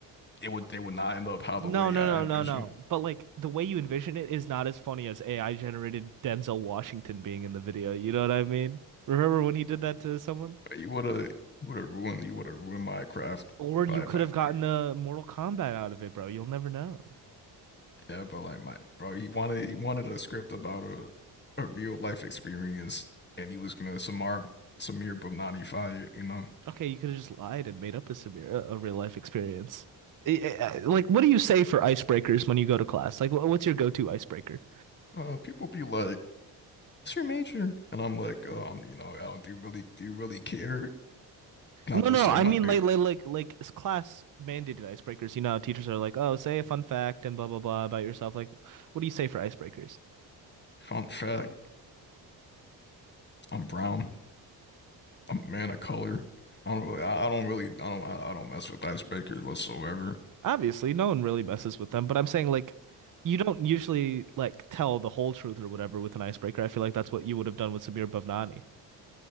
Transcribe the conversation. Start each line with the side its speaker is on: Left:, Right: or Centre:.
Left: it would they would not end up how
Right: No,
Left: the way
Right: no,
Left: I
Right: no,
Left: envisioned.
Right: no, no. But like the way you envision it is not as funny as AI generated Denzel Washington being in the video. You know what I mean? Remember when he did that to someone?
Left: But you would have would have ruined you would have ruined my craft
Right: Or
Left: if
Right: you
Left: I
Right: could
Left: if I
Right: have
Left: did.
Right: gotten a Mortal Kombat out of it, bro. You'll never know.
Left: Yeah, but like my bro, he wanted he wanted a script about a, a real life experience, and he was gonna Samar Samir Bhavnani it, you know.
Right: Okay, you could have just lied and made up a Samir, a, a real life experience. I- I- I- Like, what do you say for icebreakers when you go to class? Like, wh- what's your go-to icebreaker?
Left: Uh, people be like, "What's your major?" And I'm like, "Oh, I'm you know, I don't do you really do you really care?" Not
Right: No,
Left: to
Right: no,
Left: say
Right: I
Left: my
Right: mean
Left: major.
Right: like like like like it's class mandated icebreakers. You know, teachers are like, "Oh, say a fun fact and blah blah blah about yourself." Like, what do you say for icebreakers?
Left: Fun fact, I'm brown. I'm a man of color. I don't really, I, I don't really, I don't, I, I don't mess with icebreakers whatsoever.
Right: Obviously, no one really messes with them, but I'm saying like you don't usually like tell the whole truth or whatever with an icebreaker. I feel like that's what you would have done with Samir Bhavnani.